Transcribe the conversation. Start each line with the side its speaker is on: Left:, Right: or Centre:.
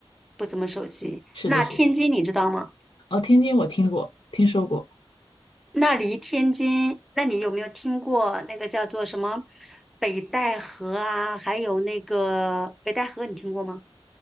Centre: 不怎么熟悉。
Left: 是的，
Centre: 那天津你知道吗？
Left: 是的。哦，天津我听过，听说过。
Centre: 那离天津，那你有没有听过那个叫做什么北戴河啊？还有那个北戴河，你听过吗？